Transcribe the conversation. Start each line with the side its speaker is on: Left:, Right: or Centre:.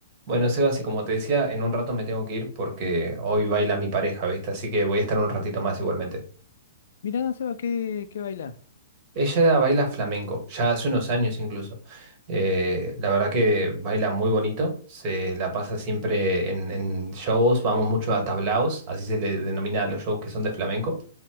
Right: Bueno, Sebas, y como te decía, en un rato me tengo que ir porque hoy baila mi pareja, ¿viste? Así que voy a estar un ratito más igualmente.
Left: Mirá, Seba, que, que baila.
Right: Ella baila flamenco, ya hace unos años incluso. Eh, la verdad que baila muy bonito, se la pasa siempre en, en shows, vamos mucho a tablaos, así se le denomina a los shows que son de flamenco.